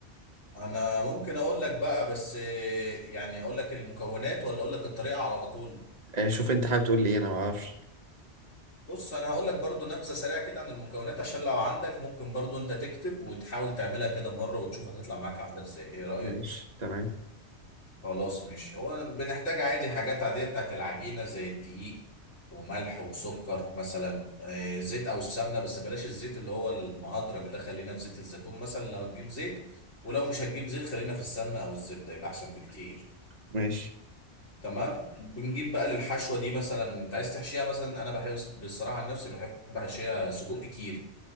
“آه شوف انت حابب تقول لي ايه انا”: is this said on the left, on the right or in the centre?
Right